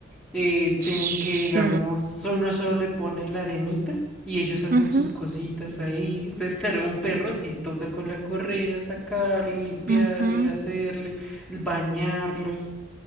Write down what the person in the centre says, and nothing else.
Eh,
tienen que, digamos, solo uno solo le pone la arenita y ellos hacen
sus cositas ahí. Entonces, claro, un perro sí toca con la correa, sacarlo, limpiarle,
hacerle bañarlos.